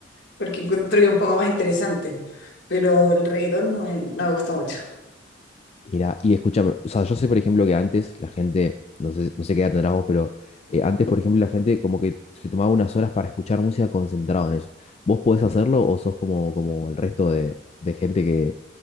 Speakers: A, on the left; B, on the left.
A: porque encuentro que es un poco más interesante, pero el reggaetón no me, no me gusta mucho.
B: Mira, y escúchame, o sea, yo sé, por ejemplo, que antes la gente, no sé, no sé qué edad tendrás vos, pero eh, antes, por ejemplo, la gente como que se tomaba unas horas para escuchar música concentrado en eso. ¿Vos podés hacerlo o sos como, como el resto de, de gente que,